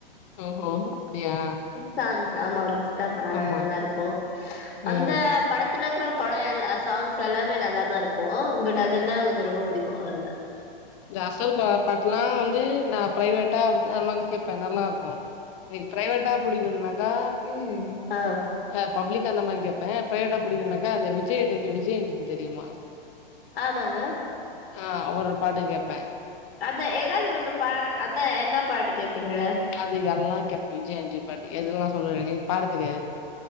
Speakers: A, on the left; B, on the left.
A: ஓஹோ அப்டியா
B: சாங்ஸ் ஆமா முஸ்தஃபா
A: ஆமா.
B: நல்லா இருக்கு அந்த
A: ம்.
B: படத்துல இக்கறப் பட எல்லா சாங்ஸ் எல்லாமே நல்லாதாருக்கு பட் அதுனா கொஞ்ச ரொம்ப புடிக்கு அதுதா
A: இந்த அசோகா பாட்லா வந்து நா பிரைவேட்டா அப் அந்த மாரி கேப்பே நல்லாருக்கு இன்னைக் பிரைவேட்டா புடிக்குனாக்கா
B: ம் ஆ
A: அ பப்ளிக் அந்த மாரி கேப்பே ப்ரைவேட்டா புடிக்குனாக்கா அந்த விஜய் ஆண்டனி விஜய்ஆண்டனி தெரியுமா
B: ஆமாங்க
A: ஆ அவரு பாட்டு கேப்ப
B: அதா ஏதாச்சி ஒண்ணு பா அதா என்ன பாட்டு கேப்பீங்க
A: அது எல்லா கேப்ப விஜய் ஆண்டனி பாட்டு எதுவேணா சொல்ல எனக்கு பாட தெரியாது